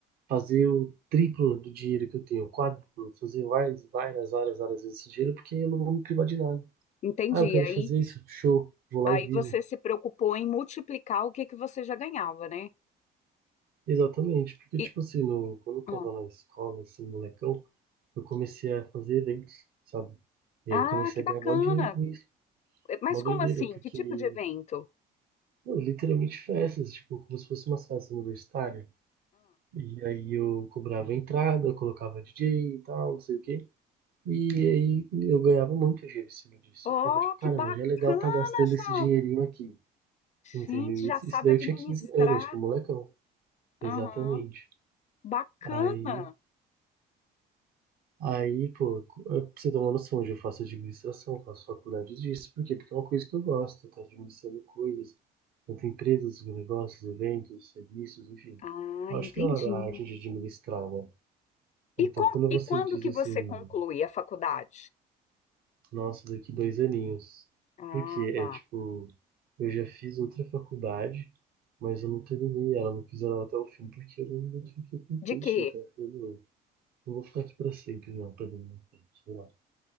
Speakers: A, on the right; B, on the left.
A: fazer o triplo do dinheiro que eu tenho, o quádruplo, fazer várias, várias, várias, várias vezes esse dinheiro, porque eu não vou me privar de nada.
B: Entendi.
A: Ah, eu quero
B: Aí,
A: fazer isso, show, vou lá
B: aí
A: e vivo.
B: você se preocupou em multiplicar o que que você já ganhava, né?
A: Exatamente, porque tipo
B: E,
A: assim, no, quando eu tava
B: ah,
A: na escola, assim, molecão, Eu comecei a fazer eventos, sabe? E
B: ah,
A: aí eu comecei
B: que
A: a
B: bacana.
A: ganhar mó dinheiro com isso.
B: Mas
A: Mó
B: como
A: doideira,
B: assim?
A: porque,
B: Que tipo de evento?
A: mano, literalmente festas, tipo, como se fosse uma festa universitária. E aí eu cobrava entrada, eu colocava DJ e tal, não sei o quê. E aí eu ganhava muito dinheiro em cima disso.
B: ó
A: Eu falava, tipo, caramba,
B: que bacana,
A: já é legal tá gastando esse
B: João.
A: dinheirinho aqui. Entendeu?
B: Gente, já
A: Isso
B: sabe
A: isso daí
B: administrar.
A: eu tinha 15 anos, tipo, molecão.
B: Aham,
A: Exatamente.
B: Bacana.
A: Aí Aí, pô, eu- pra você ter uma noção de eu faço administração, faço faculdade disso. Por quê? Porque é uma coisa que eu gosto, tá administrando coisas, tanto empresas, negócios, eventos, serviços, enfim.
B: Ah,
A: Eu
B: entendi.
A: acho da hora a arte de administrar, né?
B: E,
A: Então,
B: com,
A: quando
B: e
A: você
B: quando
A: diz
B: que
A: assim,
B: você conclui a faculdade?
A: nossa, daqui dois aninhos,
B: Ah,
A: porque
B: tá.
A: é tipo, eu já fiz outra faculdade, mas eu não terminei ela, não fiz ela até o fim, porque eu não identifiquei com o
B: De
A: curso,
B: quê?
A: então eu falei, não, não vou ficar aqui pra sempre, não, perdendo meu tempo, sei lá.